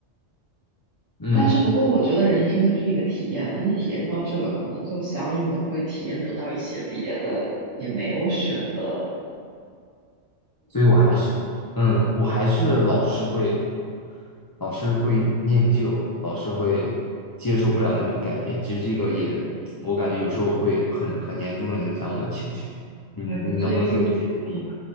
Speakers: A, on the left (about 20°); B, on the right (about 75°).
A: 嗯，
B: 但是不过，我觉得人生就是一个体验了。你体验到这个，可能就相应的会体验不到一些别的，也没有选的。
A: 所以我还是，嗯，我还是老是会，老是会念旧，老是会接受不了那种改变。其实这个也，我感觉有时候会很很严重的影响我的情绪。你你能不能给我一些建议？
B: 那你最近，